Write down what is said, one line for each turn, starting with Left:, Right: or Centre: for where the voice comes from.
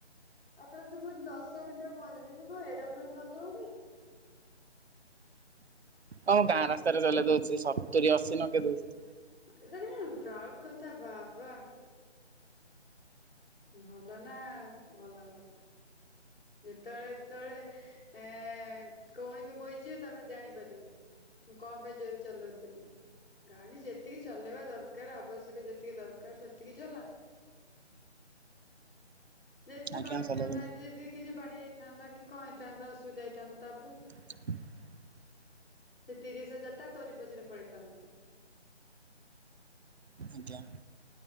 Left: ଆଉ ତାର ସେ କହୁଛି ଦଶ ମିନିଟ ରେ ପହଞ୍ଚେଇଦେବି ତୁ କଣ ଏରୋପ୍ଲେନ କରିଦବୁ କି।
Right: ହଁ ମୁଁ ଗାଁ ରାସ୍ତାରେ ଚଲେଇ ଦଉଛି ସତୁରି ଅଶୀ ନଗେଇ ଦଉଛି।
Left: <unintelligible> ପ୍ରାଉଡ କଥା ବାବା। ଭଲ ନା ଆଉ ଭଲ ଭଲ। ଯେତେବେଳେ ଯେତେବେଳେ ଏ କଉଣିକ ବହିଯିବ ତାପରେ ଜାଣିପାରିବୁ। ମୁଁ କଣ ପାଇଁ ଜୋରରେ ଚଲଉଥିଲି। ଗାଡି ଯେତିକି ଚଲେଇବା ଦରକାର ଆବଶ୍ୟକ ଯେତିକି ଦରକାର ସେତିକି ଚଲା। <inaudible> ଯଦି ସେ
Right: ଆଜ୍ଞା
Left: ବାଡେଇଥାନ୍ତା,
Right: ଆଉ ଚଲେଇବେନି
Left: ଯଦି କିଛି ବାଡେଇ ହେଇଥାନ୍ତା କି କଣ ହେଇଥାନ୍ତା, ଅସୁବିଧା ହେଇଥାନ୍ତା ତାପରେ।
Right: <unintelligible>
Left: ସେ ତିରିଶ ହଜାର ଟା ତୋରି ପଛରେ ପଳେଇଥାନ୍ତା।
Right: ଆଜ୍ଞା।